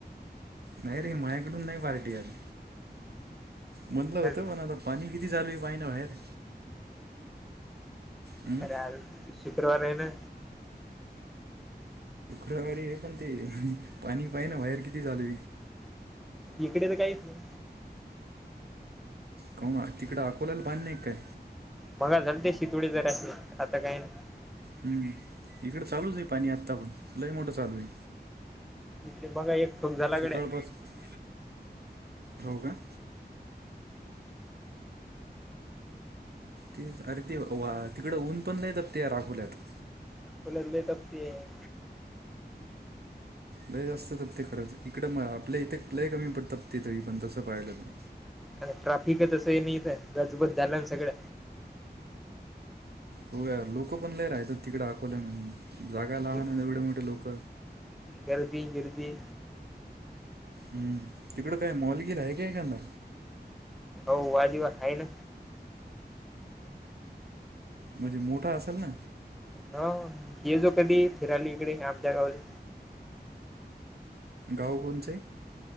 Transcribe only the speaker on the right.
नाही रे, मायाकडून नाही पार्टी आज. म्हटलं होतं,
पण आता पाणी किती झालाय पाहिनं बाहेर. हम्म?
रवीवारी आहे, पण ते पाणी पाहिजे ना बाहेर किती झाल.
कोणा तिकडें अकोल्याला पाणी नाही काय?
हम्म, इकड चालूच आहे पाणी आतापण लई मोठं चालू आहे.
सकाळपासून हो का? ते अरे तेवा तिकडं, ऊन पण लय तपतय ते अकोल्यात.
लय जास्त तपतय खरंच, इकडं आपल्या इथे लय कमी पण तपते तरी पण तसं पाहिलं तर
हो यार लोक पण लयं राहतात तिकडे अकवल्यामध्ये. जागा लहान
एवढे मोठे लोक
हम्म, तिकड काय मॉलगिर आहे क एकांदा?
म्हणजे मोठा असेल ना?
गाव कोणचे?